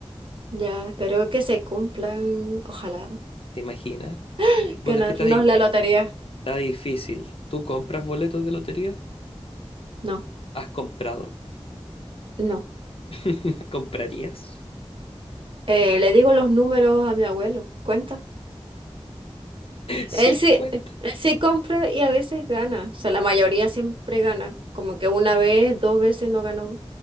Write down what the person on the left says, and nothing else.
¿Te imaginas?
Vos,
es que está ahí.
Está difícil. ¿Tú compras boletos de lotería?
¿Has comprado?
<laughs> ¿Comprarías? <laughs>
Sí,
cuenta.